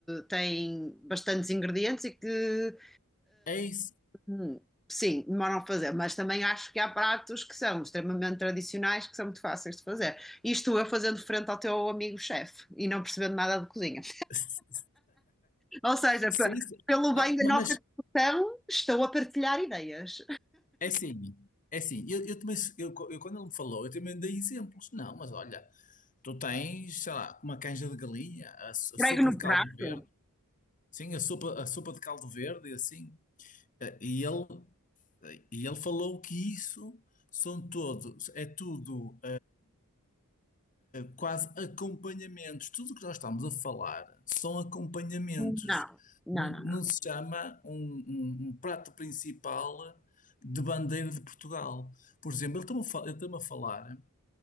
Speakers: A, in the centre; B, on the left.
A: têm bastantes ingredientes e que
B: É isso.
A: Hum, Sim, demoram a fazer, mas também acho que há pratos que são extremamente tradicionais, que são muito fáceis de fazer. Isto eu fazendo frente ao teu amigo chefe e não percebendo nada de cozinha.
B: <laughs>
A: Ou seja,
B: Sim,
A: pe-
B: sim.
A: pelo
B: Não,
A: bem da
B: ma-
A: nossa
B: mas
A: discussão, estou a partilhar ideias.
B: é assim. É assim. Eu, eu também, eu, co- eu, quando ele me falou, eu também dei exemplos. Não, mas olha, tu tens, sei lá, uma canja de galinha, a, so- a
A: Prego
B: sopa
A: no
B: de caldo
A: prato?
B: verde. Sim, a sopa, a sopa de caldo verde, e assim. Ah, E ele, e ele falou que isso são todos, é tudo. quase acompanhamentos. Tudo o que nós estamos a falar são acompanhamentos.
A: Não, não,
B: Não,
A: não,
B: não
A: não.
B: se chama um, um- um prato principal de bandeira de Portugal. Por exemplo, ele está-me a, fa- ele está-me a falar